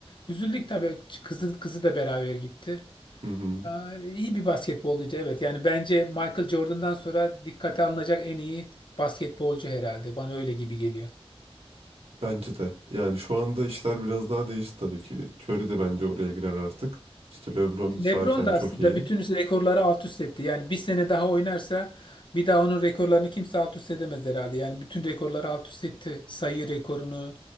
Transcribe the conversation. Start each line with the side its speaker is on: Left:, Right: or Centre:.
Left: Üzüldük tabii. Kızı, kızı da beraber gitti.
Right: Hı hı.
Left: Aa, iyi bir basketbolcuydu evet. Yani bence Michael Jordan'dan sonra dikkate alınacak en iyi basketbolcu herhalde. Bana öyle gibi geliyor.
Right: Bence de. Yani şu anda işler biraz daha değişti tabii ki. Curry de bence oraya girer artık. İşte LeBron zaten
Left: LeBron da
Right: çok
Left: aslında
Right: iyi.
Left: bütün rekorları alt üst etti. Yani bir sene daha oynarsa bir daha onun rekorlarını kimse alt üst edemez herhalde. Yani bütün rekorları alt üst etti. Sayı rekorunu,